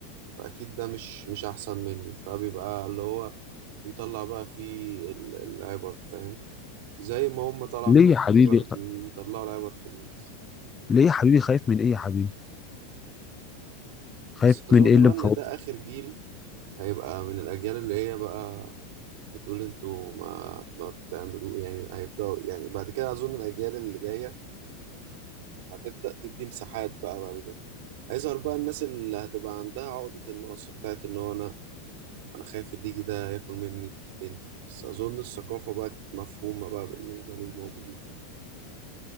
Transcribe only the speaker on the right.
فاكيد ده مش مش احسن مني فبيبقى اللي هو بيطلع بقى فيه ال- العبر فاهم زي ما هم طلع
فيهم
العبر بيطلعوا العبر في الناس
بس اظن
بقى
ان ده اخر جيل هيبقى من الاجيال اللي هي بقى بتقول انتوا ما ما بتعملوه يعني هيبداوا يعني بعد كده اظن الاجيال اللي جايه هتبدا تدي مساحات بقى بعد كده هيظهر بقى الناس اللي هتبقى عندها عقدة النقص بتاعت ان هو انا انا خايف الليجي ده ياكل مني الدنيا بس اظن الثقافه بقت مفهومه بقى بالنسبه للموجودين